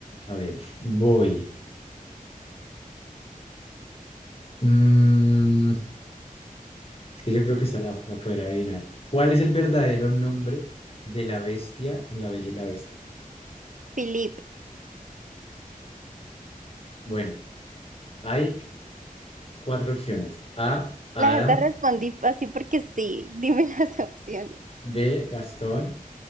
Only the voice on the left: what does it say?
a ver. Voy. Mm, es que yo creo que esta la, la poder adivinar. ¿Cuál es el verdadero nombre de la bestia en La Bella y la Bestia?
Bueno, hay Cuatro opciones. A, Adam,
B, Gastón,